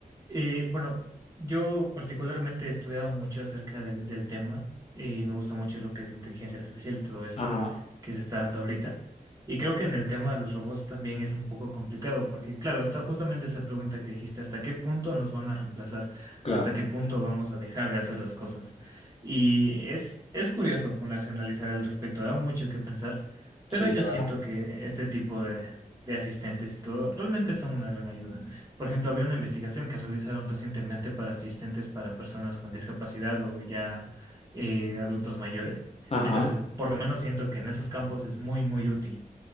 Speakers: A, on the right; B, on the left.
A: Eh, bueno, yo particularmente he estudiado mucho acerca del, del tema y me gusta mucho lo que es la inteligencia artificial y todo esto
B: Ajá,
A: que se está dando ahorita. Y creo que en el tema de los robots también es un poco complicado porque, claro, está justamente esa pregunta que dijiste, ¿hasta qué punto nos van a reemplazar?
B: claro,
A: ¿Hasta qué punto vamos a dejar de hacer las cosas? Y es, es curioso ponerse a analizar al respecto, da mucho que pensar,
B: sí,
A: pero yo
B: la verdad.
A: siento que este tipo de, de asistentes y todo realmente son una gran ayuda. Por ejemplo, había una investigación que realizaron recientemente para asistentes para personas con discapacidad o ya eh, adultos mayores.
B: Ajá,
A: Entonces, por lo menos siento que en esos campos es muy, muy útil.